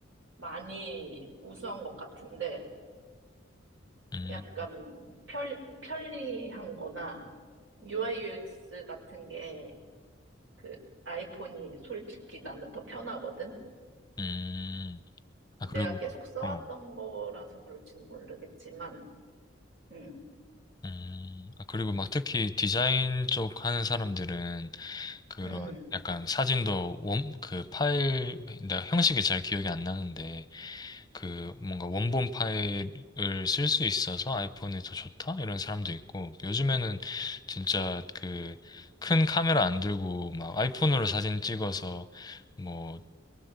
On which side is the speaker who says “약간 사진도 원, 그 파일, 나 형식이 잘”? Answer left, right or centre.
Left